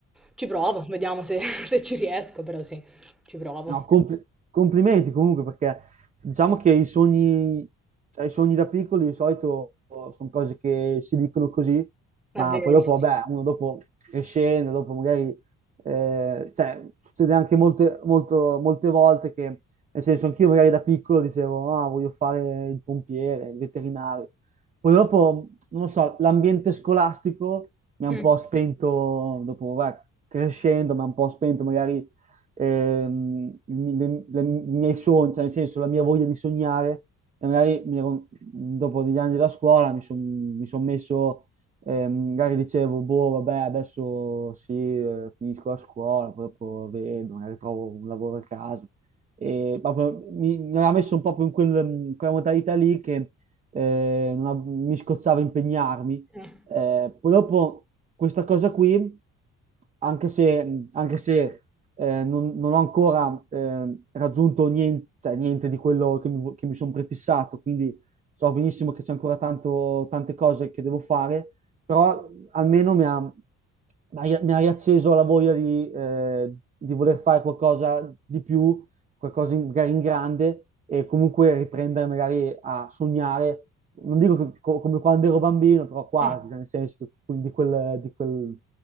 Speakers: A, in the centre; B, on the right.
A: ci provo, vediamo se, <laughs> se ci riesco, però sì, ci provo.
B: No, compli- complimenti comunque perché diciamo che i sogni, cioè, i sogni da piccoli di solito sono cose che si dicono così,
A: È
B: ma
A: vero.
B: poi dopo,
A: <laughs>
B: vabbè, uno dopo crescendo, dopo magari, eh, cioè, succede anche molte, molto- molte volte che, nel senso, anch'io magari da piccolo dicevo, ah, voglio fare il pompiere, il veterinario. Poi dopo, non lo so, l'ambiente scolastico mi ha
A: Mm,
B: un po' spento, dopo, vabbè, crescendo, mi ha un po' spento magari ehm, il mi- le- le- i miei sogni, cioè nel senso la mia voglia di sognare. E magari mi ero- dopo degli anni della scuola mi sono son messo, ehm, magari dicevo, boh, vabbè, adesso sì, eh, finisco la scuola, poi dopo vedo, magari trovo un lavoro a caso. E proprio mi, mi aveva messo un po' più in quel- in quella modalità lì che eh, non av- mi scozzava impegnarmi.
A: mm,
B: Eh, poi dopo questa cosa qui, anche se, anche se eh, non, non ho ancora eh, raggiunto niente, cioè, niente di quello che mi, che mi sono prefissato, quindi so benissimo che c'è ancora tanto, tante cose che devo fare, però almeno mi ha, mi ha- mi ha riacceso la voglia di, eh, di voler fare qualcosa di più, qualcosa in- magari in grande e comunque riprendere magari a sognare. Non dico che- co- come quando ero bambino, però quasi,
A: mm.
B: cioè, nel senso di, quel- di quel-